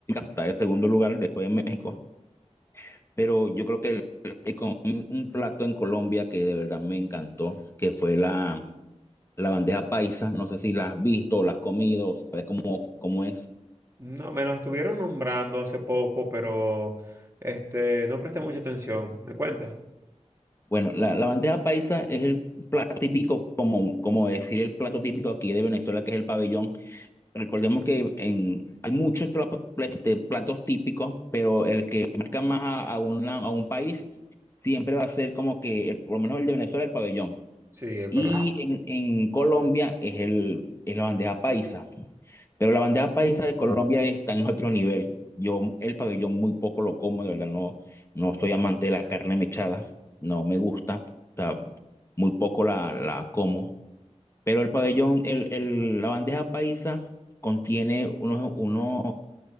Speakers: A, on the left; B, on the right.
A: está en segundo lugar después de México. Pero yo creo que eh, con un, un plato en Colombia que de verdad me encantó, que fue la, la bandeja paisa. No sé si la has visto o la has comido, o sabes cómo, cómo es.
B: No, me lo estuvieron nombrando hace poco, pero este, no presté mucha atención. ¿Me cuentas?
A: Bueno, la, la bandeja paisa es el plato típico, como, como decir el plato típico aquí de Venezuela, que es el pabellón. Recordemos que en, hay muchos platos, este, platos típicos, pero el que marca más a, a una- a un país siempre va a ser como que, el- por lo menos el de Venezuela, el pabellón.
B: Sí, es
A: Y
B: correcto.
A: en, en Colombia es, el, es la bandeja paisa. Pero la bandeja paisa de Colombia está en otro nivel. Yo el pabellón muy poco lo como, de verdad, no, no soy amante de la carne mechada. No me gusta. o sea, muy poco la, la como. Pero el pabellón, el, el- la bandeja paisa contiene unos, unos,